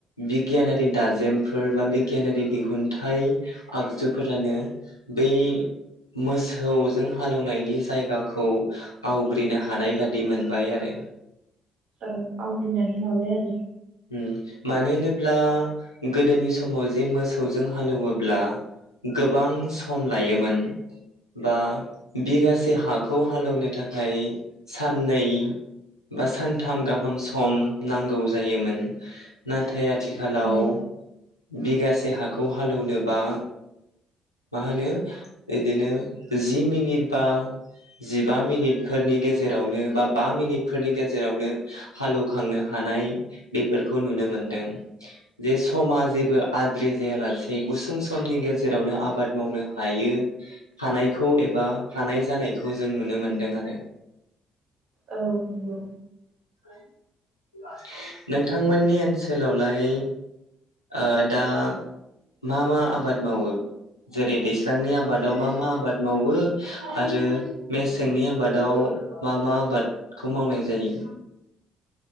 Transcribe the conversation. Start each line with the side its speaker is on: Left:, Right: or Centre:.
Left: बिगियानारि दाजेमफोर बा बिगियानारि दिहुनथाइ आगजुफोरानो बै मोसौजों हालेवनायनि जायगाखौ आवग्रिनो हानाय बादि मोन बाय आरो
Right: औ आवग्रिनानै लाबाय आरो
Left: उम मानो होनोब्ला गोदोनि समाव जे मोसौजों हालौवोब्ला गोबां सम लायोमोन बा बिगासे हाखौ हालौवनो थाखाय साननै बा सानथाम गाहाम सम नांगौ जायोमोन। ना नाथाय आथिखालाव
Right: औ
Left: बिगासे हाखौ हालेनोबा मा होनो इदिनो जि मिनिट बा जिबा मिनिटफोरनि गेजेरावनो बा बा मिनिटफोरनि गेजेरावनो हालौखांनो हानाय बेफोरखौ नुनो मोनदों जे समा जेबो आद्रि जायालासे गुसुं समनि गेजेराव रावनो आबाद मावनो हायो हानायखौ एबा हानाय जानायखौ जों नुनो मोनदों आरो।
Right: औ नंगौ
Left: <inaudible> नोंथांमोननि ओनसोलावलाय ओ दा मा मा आबाद मावो जेरै दैज्लांनि आबादाव मा मा आबाद मावो आरो मेसेंनि आबादाव मा मा आबादखौ मावनाय जायो?